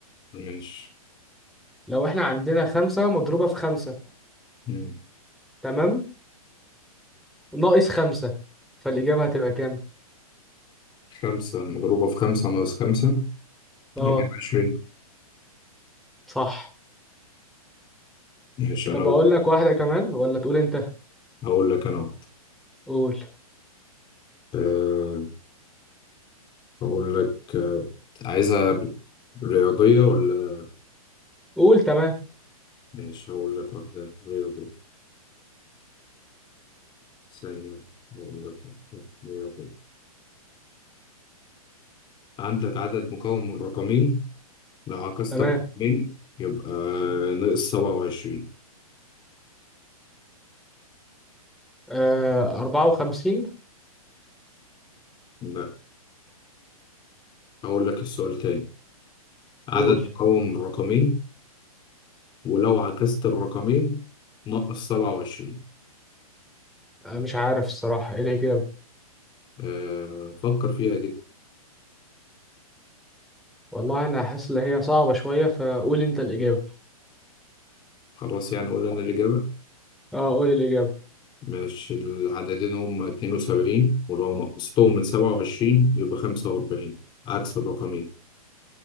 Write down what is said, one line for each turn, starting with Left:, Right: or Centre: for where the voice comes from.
Left: ماشي
Centre: لو احنا عندنا خمسة مضروبة في خمسة
Left: مم.
Centre: تمام ناقص خمسة فالإجابة هتبقى كام؟
Left: خمسة مضروبة في خمسة ناقص خمسة
Centre: اه
Left: هجيب عشرين
Centre: صح
Left: ماشي أنا
Centre: طب
Left: أقول
Centre: أقول لك واحدة كمان ولا تقول أنت؟
Left: أقول لك أنا وقت
Centre: قول
Left: أه أقول لك آه، عايزها رياضية ولا
Centre: قول تمام
Left: ماشي هقول لك واحدة رياضية ثانية وأقول لك أهو. رياضية عندك عدد مكون من رقمين لو عكست
Centre: تمام
Left: الرقمين يبقى ناقص سبعة وعشرين
Centre: آه أربعة وخمسين
Left: لا أقول لك السؤال تاني عدد
Centre: قول
Left: مكون من رقمين ولو عكست الرقمين ناقص سبعة وعشرين
Centre: آه مش عارف الصراحة إيه الإجابة
Left: أه فكر فيها كده
Centre: والله أنا حاسس إن هي صعبة شوية فقول أنت الإجابة
Left: خلاص يعني قول لنا الإجابة
Centre: اه قول الإجابة
Left: ماشي العددين هما اتنين وسبعين ولو نقصتهم من سبعة وعشرين يبقى خمسة وأربعين عكس الرقمين